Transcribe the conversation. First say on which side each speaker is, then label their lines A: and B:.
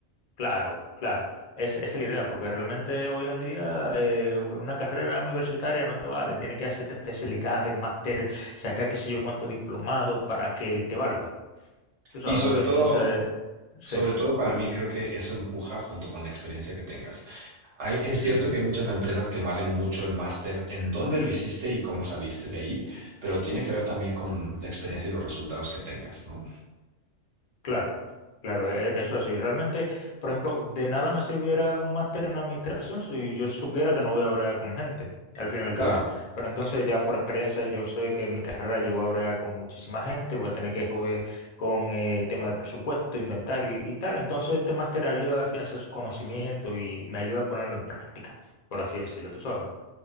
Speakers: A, on the left (about 45°); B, on the right (about 70°).
A: Claro, claro. Es, esa es la idea, porque realmente hoy en día eh, una carrera universitaria no te vale. Tienes que hacerte especialidades, máster, sacar qué sé yo cuánto diplomado para que te valga. Tú sabes,
B: Y sobre
A: oye,
B: todo,
A: entonces, sí.
B: sobre todo para mí creo que eso empuja junto con la experiencia que tengas. Hay- es cierto
A: Ujú.
B: que hay muchas empresas que valen mucho el máster en dónde lo hiciste y cómo saliste de ahí, pero tiene que ver también con la experiencia y los resultados que tengas, ¿no?
A: Claro, claro, e- eso así. Realmente, por ejemplo, de nada me sirviera un máster en administración si yo supiera que no voy a bregar con gente, al fin y al
B: Claro.
A: cabo. Pero entonces ya por experiencia yo sé que en mi carrera yo voy a bregar con muchísima gente, voy a tener que joder con eh, tema de presupuesto, inventario y, y tal. Entonces este máster ayuda a afianzar su conocimiento y me ayuda a ponerlo en práctica, por así decirlo, tú sabes.